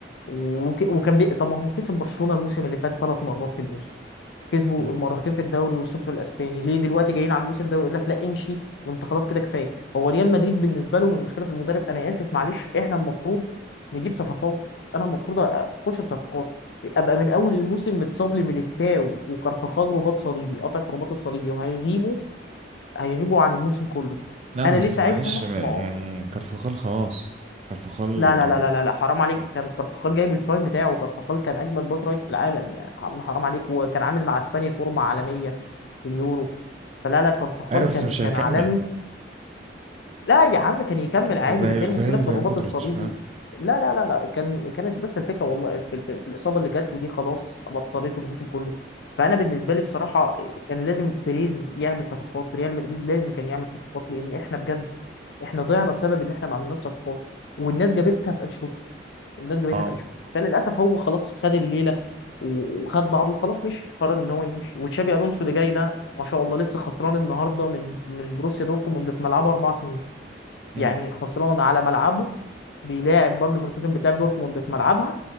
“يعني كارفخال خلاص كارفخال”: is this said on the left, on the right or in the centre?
Right